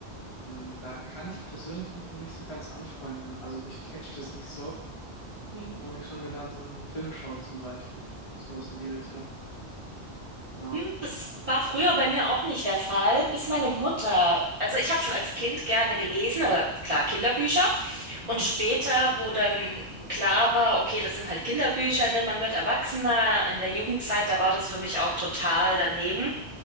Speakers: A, on the left (about 40°); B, on the right (about 55°).
A: Mm, Da kann ich persönlich mich noch nicht so ganz anfreunden. Also mich catcht es nicht so.
B: Mhm.
A: Da muss ich schon, wenn dann so einen Film schauen zum Beispiel. Sowas in die Richtung. Genau.
B: Hm, Das war früher bei mir auch nicht der Fall, bis meine Mutter, also ich habe schon als Kind gerne gelesen, aber klar, Kinderbücher.
A: Mhm.
B: Und später, wo dann klar war, okay, das sind halt Kinderbücher, ne, man wird Erwachsener. In der Jugendzeit, da war das für mich auch total daneben.